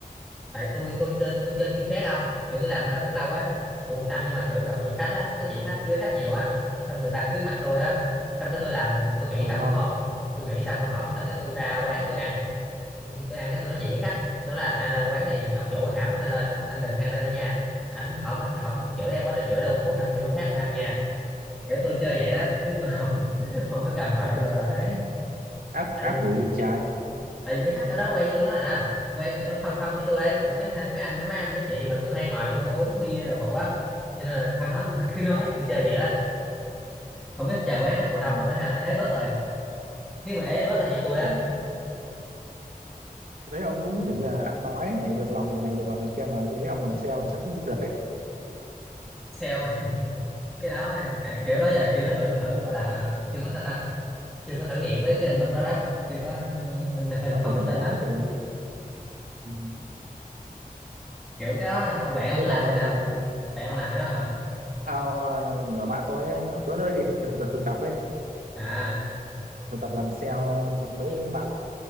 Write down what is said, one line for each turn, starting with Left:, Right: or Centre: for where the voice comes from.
Centre: tại tôi tôi chơi tôi chơi chưa khác không kiểu tôi làm ở đó cũng lâu á cũng một năm nhưng mà kiểu gặp nhiều khách á nói chuyện khách với khách nhiều á xong người ta biết mặt tôi á xong cái tôi làm tôi nghĩ
Right: Ừ
Centre: xong
Right: không?
Centre: đúng không tôi nghĩ xong hòm hổm xong cái tôi ra quán tôi ăn Nhưng tôi ăn cái tôi nói chuyện với khách nó là anh ơi quán này ông chủ hảo lắm anh ơi ông anh đừng ăn đây nữa nha ảnh hổm anh hổm chửi em quá trời chửi luôn mốt anh đi quán khác ông ăn nha kiểu tôi chơi vậy đó chứ tôi không <laughs> không có cần phải
Right: <laughs>
Centre: rồi là ấy.
Right: ác
Centre: tại
Right: ác
Centre: vì-
Right: quỷ em trai
Centre: tại vì mấy khách ở đó quen với tôi hết à quen kiểu thân thân với tôi ấy kiểu mấy anh mấy anh mấy mấy anh mấy chị mà kiểu hay mời tôi uống bia đồ phụ á cho nên là thân lắm <laughs> cứ nói tôi chơi vậy đó không biết giờ quán nó còn
Right: Ừ,
Centre: đông không nữa hay là ế bớt rồi nếu mà ế bớt là do tôi
Right: ừ.
Centre: á
Right: đấy ông cũng kiểu như là anh nói này được lòng người này được lòng người kia mà tôi nghĩ ông làm sale chắc cũng được đấy
Centre: sale <laughs> cái đó thì tại kiểu đó giờ chưa có thử thử gọi là chưa có sao ta chưa có thử nghiệm với cái lĩnh vực đó đó chưa có mình hơi
Right: thì ông
Centre: không
Right: phải thử
Centre: tự tin
Right: đó
Centre: lắm
Right: thì ừ,
Centre: kiểu cái đó ông
Right: cũng
Centre: bạn ông
Right: biết
Centre: nó làm
Right: đâu
Centre: hay sao
Right: uh,
Centre: bạn ông làm cái đó hả
Right: thao ờ, nhỏ bạn tôi ấy, nó- bữa đó đi được được thực thực tập ấy
Centre: à
Right: thực tập làm sale ờ, mấy bạn